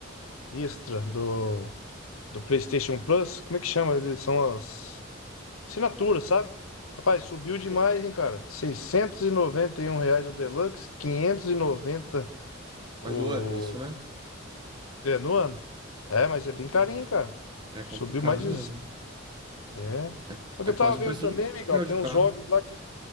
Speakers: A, on the left; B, on the right.
A: extra do, do PlayStation Plus. Como é que chama? Eles são as assinaturas, sabe? Rapaz, subiu demais,
B: Sim.
A: hein, cara? 691 reais o Deluxe, 590 o...
B: Mas o ano, isso, né?
A: É, no ano. É, mas é bem carinho,
B: Sim.
A: cara.
B: É complicado
A: Subiu mais de...
B: mesmo.
A: É.
B: É,
A: Só que
B: é
A: eu
B: quase
A: tava vendo
B: o preço
A: também,
B: de um
A: amigão,
B: aluguel
A: tem
B: de
A: uns
B: carro.
A: jogos lá que...